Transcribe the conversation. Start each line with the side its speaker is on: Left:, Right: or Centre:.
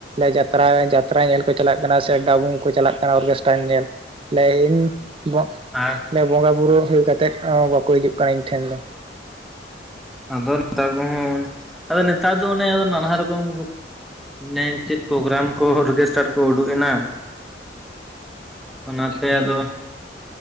Right: ᱡᱟᱛᱨᱟ, ᱡᱟᱛᱨᱟ ᱧᱮᱞ ᱠᱚ ᱪᱟᱞᱟᱜ ᱠᱟᱱᱟ ᱥᱮ ᱰᱟᱵᱩᱝ ᱠᱚ ᱪᱟᱞᱟᱜ ᱠᱟᱱᱟ ᱚᱨᱜᱮᱥᱴᱟᱨ ᱧᱮᱞ। ᱞᱮᱤᱧ ᱵᱚ
Centre: ᱟᱨ
Right: ᱞᱮ ᱵᱚᱸᱜᱟ ᱵᱩᱨᱩ ᱦᱩᱭ ᱠᱟᱛᱮᱫ ᱵᱟᱠᱚ ᱦᱤᱡᱩᱜ ᱠᱟᱱᱟ ᱤᱧ ᱴᱷᱮᱱ ᱫᱚ।
Centre: ᱟᱫᱚ ᱱᱮᱛᱟᱨ ᱠᱚᱦᱚᱸ ᱟᱫᱚ ᱱᱮᱛᱟᱨ ᱫᱚ ᱚᱱᱮ ᱱᱟᱱᱦᱟ ᱨᱚᱠᱚᱢ। <unintelligible> ᱪᱮᱫ ᱯᱨᱳᱜᱨᱟᱢ ᱠᱚ ᱚᱨᱜᱮᱥᱴᱟᱨ ᱠᱚ ᱩᱰᱩᱠ ᱮᱱᱟ? ᱚᱱᱟᱛᱮ
Right: ᱦᱮᱸ
Centre: ᱟᱫᱚ,